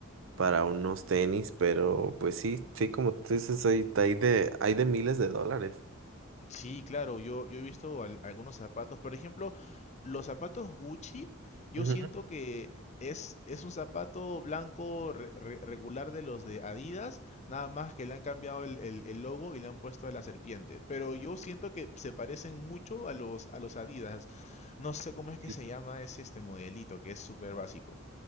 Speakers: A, on the right (about 65°); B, on the left (about 35°).
A: para unos tenis, pero pues sí, sí, como tú dices, hay, hay de, hay de miles de dólares.
B: Sí, claro, yo, yo he visto al- algunos zapatos. Por ejemplo, los zapatos Gucci, yo
A: Ujú.
B: siento que es, es un zapato blanco re- re- regular de los de Adidas, nada más que le han cambiado el, el- el logo y le han puesto a la serpiente. Pero yo siento que se parecen mucho a los, a los Adidas. No sé cómo es que
A: Sí,
B: se llama ese este modelito, que es súper básico.